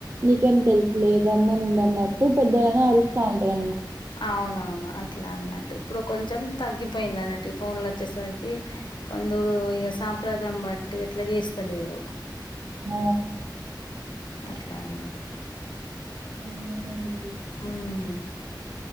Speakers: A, on the right; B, on the left.
A: నీకేం తెలుసులే గమ్మున ఉండన్నట్టు పెద్దలని అరుస్తా ఉంటారు
B: అవునవును అట్లా అన్నట్టు ఇప్పుడు కొంచెం తగ్గి పోయింద అన్నటి ఫోన్లు వచ్చేసరికి కొందరు ఇగా సాంప్రదాయం బట్టి అట్లా చేస్తలేరు
A: హ
B: అట్లా అన్నట్టు
A: అవునండి.
B: హ్మ్మ్